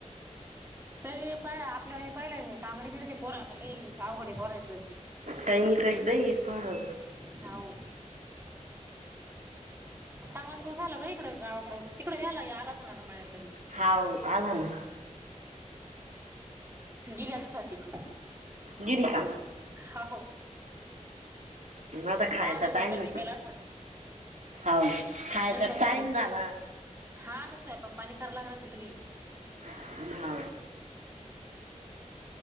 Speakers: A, on the right; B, on the right.
A: तरी आपल्या व पाहिलंय मी कामाने खिरती पोरातली आावकडी पोरायचं.
B: टयनी काही बा पाारल.
A: जाऊ. चांगलाच पोस आला बा इकडे गावाकडडे तिकडे यायला आलाच ना आता म्याकडे.
B: हा आला ना.
A: गेली आता स्वाती
B: गिरिक.
A: हाव
B: ना तर खायचा
A: पाहुणे झोपेल
B: टाइम
A: गिपेल असन
B: ह खायचा
A: नाही तर मग
B: टाइम
A: फोन
B: झाला.
A: हा तसो आहे पग पाणी करां लागणार त ली.
B: ह ना.